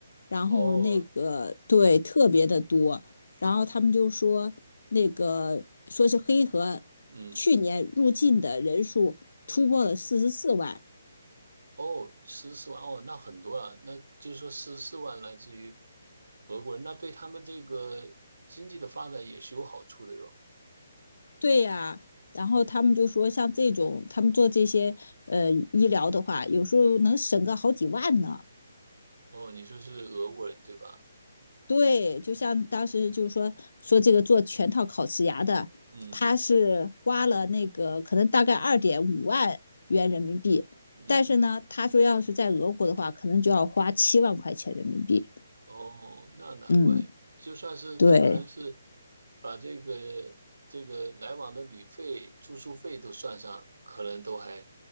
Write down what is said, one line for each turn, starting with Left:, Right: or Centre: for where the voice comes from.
Left: 然后那个对特别的多，
Right: 哦，
Left: 然后他们就说那个说是黑河
Right: 嗯，
Left: 去年入境的人数突破了四十四万，
Right: 哦，十四万哦，那很多啊，那就是说十四万来自于俄国人，那对他们这个经济的发展也是有好处的哟。
Left: 对呀，然后他们就说，像这种他们做这些呃医疗的话，有时候能省个好几万呢。
Right: 哦，你说是俄国人对吧？
Left: 对，就像当时就是说说这个做全套烤瓷牙的，
Right: 嗯
Left: 他是花了那个可能大概二点五万元人民币，
Right: 嗯。
Left: 但是呢，他说要是在俄国的话，可能就要花七万块钱人民币。
Right: 哦，那难怪，
Left: 嗯，
Right: 就算是他可能是
Left: 对，
Right: 把这个这个来往的旅费、住宿费都算上，可能都还